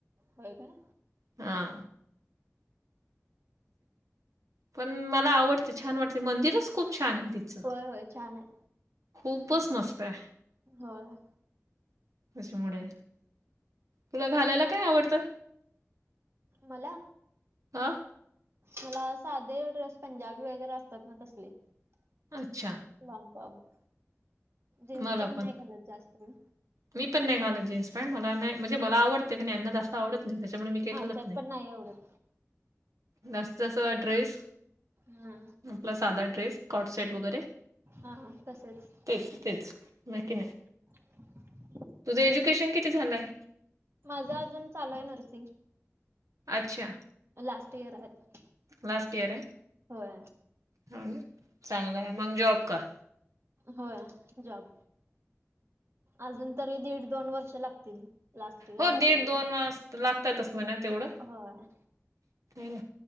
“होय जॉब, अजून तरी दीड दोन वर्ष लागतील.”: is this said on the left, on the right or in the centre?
Right